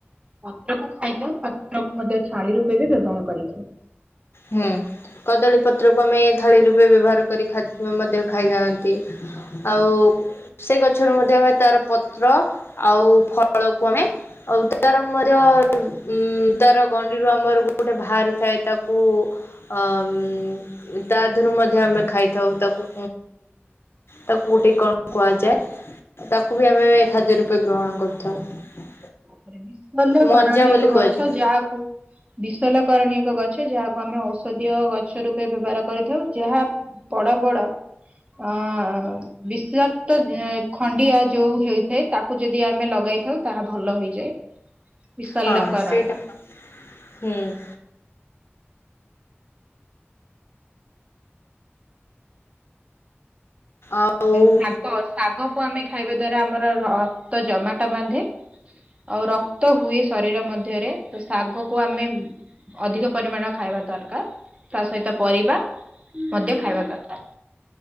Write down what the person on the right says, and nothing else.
ପାତ୍ରକୁୁ ଖାଇଥାଉ। ପାତ୍ରକୁ ମଧ୍ୟ ଥାଳି ରୂପେ ବି ବ୍ୟବହାର କରିଥାଉ।
ତାପରେ ବିଶଲ
କରଣୀ
ଏକ
ଗଛ ଯାହାକୁ ବିଶଲକରଣୀୟ ଏକ ଗଛ। ଯାହାକୁ ଆମେ ଔଷଧୀୟ ଗଛ ରୂପେ ବ୍ୟବହାର କରିଥାଉ। ଯାହା ବଡ ବଡ ଅ ବିଷାକ୍ତ ଖଣ୍ଡିଆ ଯୋଉ ହେଇଥାଏ। ତାକୁ ଯଦି ଆମେ ଲଗାଇଥାଉ। ତାହା ଭଲ ହେଇଯାଏ ବିଶଲ୍ୟ
କରଣୀ।
ଶାଗ କୁ ଆମେ ଖାଇବା ଦ୍ଵାରା ଆମର ରକ୍ତ ଜମାଟ ବାନ୍ଧେ। ଆଉ ରକ୍ତ ହୁଏ। ଶରୀର ମଧ୍ୟରେ ତ ଶାଗ କୁ ଆମେ ଅଧିକ ପରିମାଣରେ ଖାଇବା ଦରକାର। ତା ସହିତ ପରିବା ମଧ୍ୟ ଖାଇବା ଦରକାର।